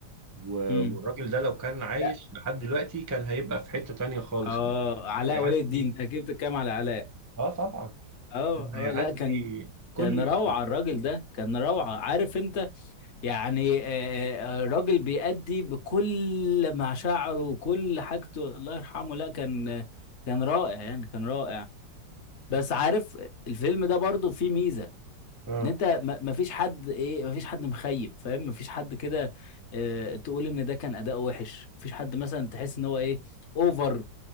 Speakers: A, on the right (about 20°); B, on the left (about 50°).
A: و-
B: امم
A: والراجل ده لو كان عايش
B: لا
A: لحد دلوقتي كان هيبقى في حتة تانية خالص
B: اه علاء
A: هيعدي
B: ولي الدين انت اكيد بتتكلم على علاء
A: اه طبعا
B: اه
A: هيعدي
B: اه لا كان
A: كل
B: كان روعة
A: ال-
B: الراجل ده كان روعة عارف انت يعني آه، آه، راجل بيأدي بكل مشاعره وكل حاجته الله يرحمه لا كان كان رائع يعني كان رائع بس عارف الفيلم ده برضو فيه ميزة
A: اه
B: ان انت ما ما فيش حد ايه ما فيش حد مخيب فاهم ما فيش حد كده آه، تقول ان ده كان اداء وحش ما فيش حد مثلا تحس ان هو ايه اوفر